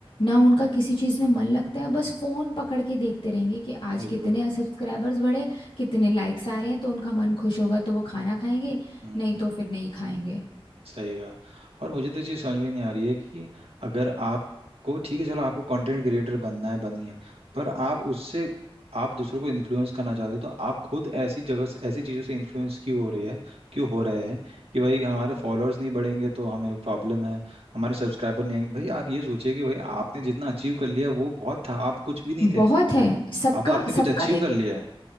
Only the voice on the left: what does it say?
ना
उनका किसी चीज़ में मन लगता है बस फ़ोन पकड़ के देखते रहेंगे कि आज
कितने सब्सक्राइबर्स बढ़े कितने लाइक्स आ
रहे हैं तो उनका मन खुश होगा तो वो खाना खाएंगे
नहीं तो फिर नहीं खाएंगे
बहुत है सबका
सबका
एक